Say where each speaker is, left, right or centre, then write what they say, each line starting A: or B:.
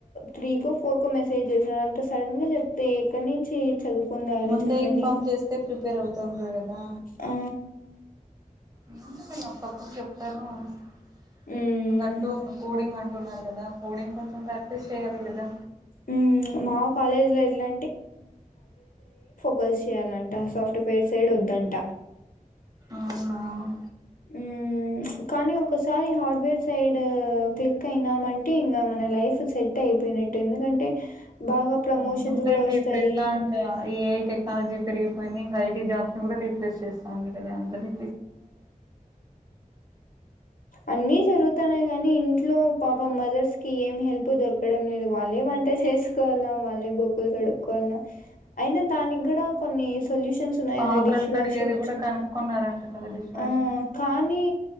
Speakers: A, on the left; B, on the right.
A: త్రీకో ఫోర్ కు మెసేజ్ చేసిన అంత సడన్ గా చెప్తే ఎక్కడి నుంచి చదువుకుంరావలా
B: ముందే
A: చెప్పండి
B: ఇన్ఫార్మ్ చేస్తే ప్రిపేర్ అవుతుండ్రు కదా
A: ఆ
B: ఇ అప్పప్పుడు చెప్పు స్తారుదట్టు
A: మ్మ్
B: ఇం కూడింగ్ంట న్నారు కదా కోడింగ్ కొంచెం ప్రాక్టీస్ చేయ్యాలి కదా
A: మ్మ్ మా కాలేజ్ లో ఎట్లా ప చేయాలంట ఆ సాఫ్ట్వేర్ సైడ్ వద్దంట
B: అవునా
A: ఉ కానీ ఒకసారి హార్డ్వేర్ సైడ్ క్లిక్ అయినా అంటే ఇంకా మన లైఫ్ సెట్ అయిపోయినట్టు ఎందుకంటే బాగా ప్రమోషన్స్
B: అవునులే
A: కూడా
B: ఇంక
A: వస్తాయి
B: ఇప్పుడు ఎట్లా ఇంకా ఈ ఏఐ టెక్నాలజీ పెరిగిపోయింది ఇంకా ఐటీ జాబ్ ని కూడా రీప్లేస్ చేస్తాంది అ అందరని
A: అన్ని జరుగుతున్నాయి కాగానీ ఇంట్లో పాప మదర్స్ కిఏం హెల్ప్ దొరకడం లేదు వాళ్ళే వంట చేసుకోవాల వాళ్ళే బొకులు కడుక్కోవాల అయినా దానికి కూడా కొన్ని సొల్యూషన్స్ ఉన్నాయిదా
B: పాత్రలు
A: డిష్
B: కడిగేది
A: వాషర్ వచ్చి
B: కూడా కనుక్కున్నారంట కదా డిష్ వాషర్
A: ఆ కానీ